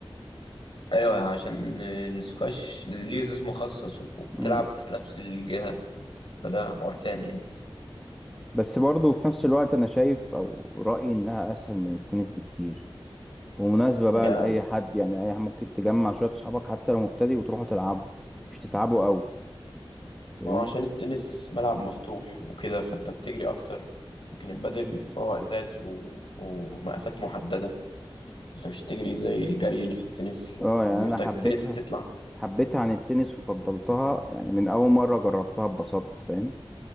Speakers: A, on the left; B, in the centre.
A: ايوه عشان السكواش ليه زي مخصص وبتلعب
B: مم.
A: في نفس الجهة فده حوار تاني يعني
B: بس برضه في نفس الوقت انا شايف او رأيي انها اسهل من التنس بكتير ومناسبة بقى
A: هي
B: لأي حد يعني أي ممكن تجمع شوية صحابك حتى لو مبتدئ وتروحوا تلعبوا مش تتعبوا قوي فاهمني
A: ما هو عشان التنس ملعب مفتوح وكده فانت بتجري اكتر لكن البادل فهو ازاز و... ومقاسات محدده انت مش تجري زي الجري اللي في التنس
B: اه يعني
A: ان انت
B: انا حبيتها
A: التنس بتطلع
B: حبيتها عن التنس وفضلتها يعني من اول مرة جربتها اتبسطت فاهم